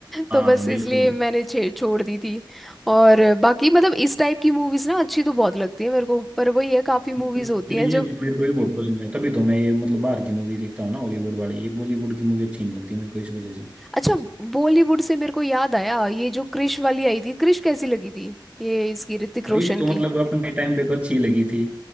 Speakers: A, on the right; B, in the centre.
A: हाँ
B: तो बस
A: बिल्कुल
B: इसलिए मैंने छे- छोड़ दी थी और बाकी मतलब इस टाइप की मूवीज ना अच्छी तो बहुत लगती है मेरे को पर वही है काफी
A: अरे
B: मूवीज होती हैं
A: ये
B: जो
A: तो मेरे को भी बहुत पसंद है तभी तो मैं ये मतलब बाहर की मूवी देखता हूँ ना हॉलीवुड वाली ये बॉलीवुड की मूवी अच्छी नहीं लगती मेरे को इस वजह से
B: अच्छा बॉलीवुड से मेरे को याद आया ये जो क्रिश वाली आई थी क्रिश कैसी लगी थी ये इसकी ऋतिक
A: खरीश
B: रोशन
A: तो
B: की
A: मतलब अपने टाइम पे तो अच्छी लगी थी